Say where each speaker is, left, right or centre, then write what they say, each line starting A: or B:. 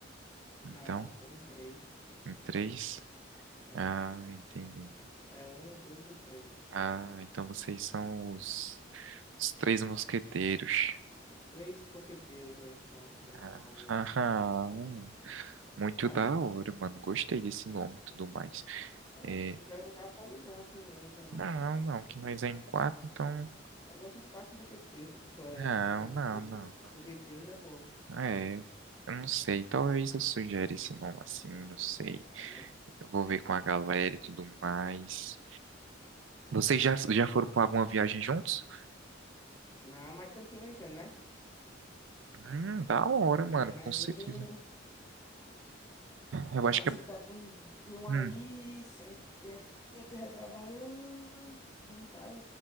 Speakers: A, on the left; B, on the right.
A: Não,
B: Então,
A: somos três.
B: em três.
A: É,
B: Ah, entendi.
A: é um, o dois e o três.
B: Ah, então vocês são os, os três mosqueteiros.
A: Os três foqueteiros a gente chama assim um
B: Ah,
A: ao outro.
B: <laughs> haha, hum, muito
A: Gostasse?
B: da hora, mano. Gostei desse nome e tudo mais.
A: É,
B: É,
A: tu quiser usar, pode usar tudo, né? Então.
B: não, não, que nós é em quatro, então.
A: Aí bota os quatro boqueteiros. Foi,
B: Não,
A: boqueteiros.
B: não, não.
A: Boqueteiros é bom.
B: É, eu não sei. Talvez eu sugere esse nome assim, não sei.
A: É, né?
B: Eu vou ver com a galera e tudo mais. Vocês já, já foram para alguma viagem juntos?
A: Não, mas estamos planejando, né?
B: Hum, da hora,
A: Estamos planejando
B: mano, com
A: aí.
B: certeza. Eu
A: Capacidade
B: acho que é
A: de um, de um aí.
B: hum,
A: Se a gente der- do terra trabalhando. Vamos para